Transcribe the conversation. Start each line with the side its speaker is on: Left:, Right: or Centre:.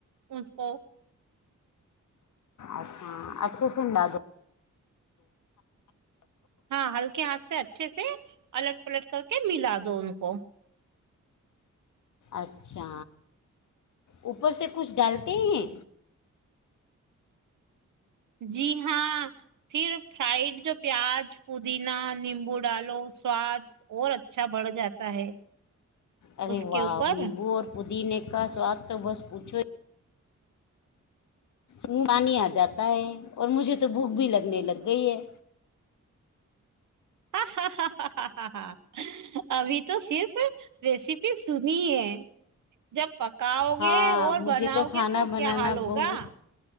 Right: اس کو
Left: اچھا اچھا سنڈا دو
Right: ہاں ہلکے ہاتھ سے اچھے سے سے الٹ پلٹ کر کے ملا دو ان کو
Left: اچھا اوپر سے کچھ ڈالتے ہیں
Right: جی ہاں پھر فرائڈ جو پیاز پودینہ نیمبو ڈالو سواد اور اچھا بڑھ جاتا ہے
Left: ارے
Right: اس کے
Left: واہ
Right: اوپر
Left: نیمبو اور پوچھ دینے کا سواد تو بس پوچھو ہی منہ پانی آ جاتا ہے اور مجھے تو بھوک بھی لگنے لگ گئی ہے
Right: ہاں ہ ہ ہ ہ ہ ابھی تو صرف ریسیپی سنی ہے جب پک کاؤ
Left: ہاں
Right: گے اور
Left: مجھے
Right: بناؤ
Left: کھانا
Right: گے تو
Left: بنانا
Right: کیا حال ہوگا
Left: بہت